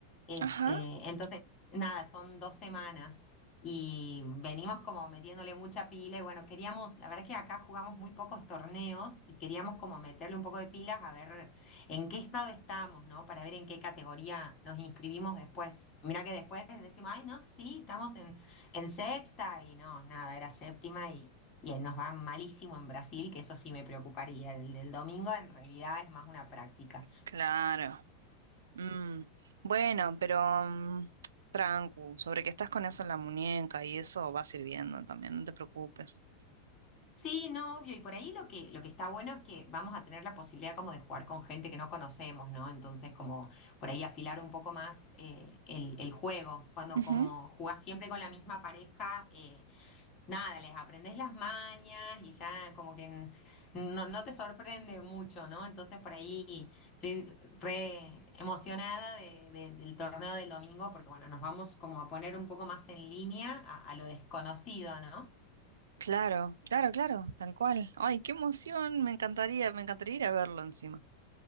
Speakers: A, on the left; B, on the right.
A: Este,
B: Ajá.
A: entonces, nada, son dos semanas y venimos como metiéndole mucha pila y bueno, queríamos, la verdad que acá jugamos muy pocos torneos y queríamos como meterle un poco de pilas a ver en qué estado estamos, ¿no? Para ver en qué categoría nos inscribimos después. Mira que después decimos, ay, no, sí, estamos en, en sexta y no, nada, era séptima y, y ahí nos va malísimo en Brasil, que eso sí me preocuparía. El del domingo en realidad es más una práctica.
B: Claro. Mm, bueno, pero mm, trancu, sobre que estás con eso en la muñeca y eso va sirviendo también, no te preocupes.
A: Sí, no, obvio. Y por ahí lo que, lo que está bueno es que vamos a tener la posibilidad como de jugar con gente que no conocemos, ¿no? Entonces, como por ahí afilar un poco más eh, el, el juego. Cuando
B: Ujú,
A: como jugás siempre con la misma pareja, eh, nada, les aprendés las mañas y ya como que n- no, no te sorprende mucho, ¿no? Entonces, por ahí estoy re emocionada de- de- del torneo del domingo porque, bueno, nos vamos como a poner un poco más en línea a, a lo desconocido, ¿no?
B: Claro, claro, claro, tal cual. Ay, qué emoción, me encantaría, me encantaría ir a verlo encima.